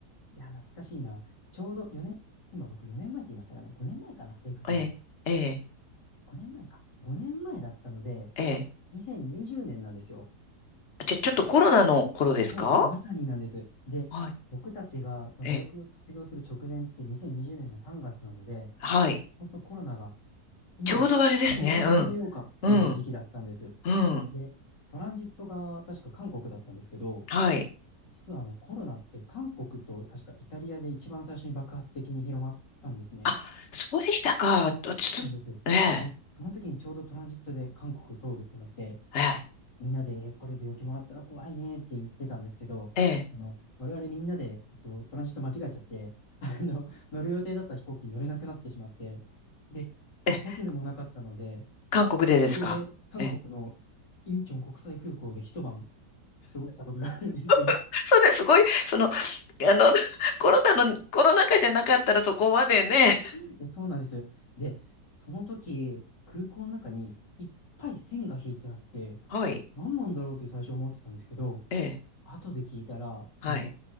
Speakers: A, on the left; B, on the left.
A: いや、懐かしいな。ちょうど4年、今僕4年前って言いましたかね。5年前かな、正確には。
B: ええ、ええ、
A: 5年前か。5年前だったので、
B: ええ。
A: 2020年なんですよ。
B: じゃあちょっとコロナの頃ですか
A: そう、まさになんです。で、
B: はい、
A: 僕たちがその大学を卒業する直前って2020年の3月なので、
B: ええ、はい。
A: 本当コロナが今流行り始めようかっていう時期だったんです。
B: ちょうどあれですね。うん、うん、うん、
A: で、トランジットが確か韓国だったんですけど、
B: はい。
A: 実はあのコロナって韓国と確かイタリアで一番最初に爆発的に広まったんですね。
B: あ、そうでしたか。
A: そうなんです。
B: ちょっと、ええ、
A: で、その時にちょうどトランジットで韓国通るってなって、
B: はい、
A: みんなで、えーこれ病気もらったら怖いねって言ってたんですけど、
B: ええ、
A: あの、我々みんなで、えっと、トランジット間違えちゃって、あの、乗る予定だった飛行機に乗れなくなってしまって、で、
B: ええ
A: ホテルもなかったので、
B: 韓国でですかええ。
A: 空港で、韓国のインチョン国際空港で一晩過ごしたことがあるんですよ。
B: <laughs> それすごい、その、あの、<laughs> コロナの、コロナ禍じゃなかったらそこまでね。
A: <laughs> えそうなんです。で、その時、空港の中にいっぱい線が引いてあって、
B: はい、
A: 何なんだろうって最初思ってたんですけど、
B: ええ。
A: 後で聞いたら、その、
B: はい。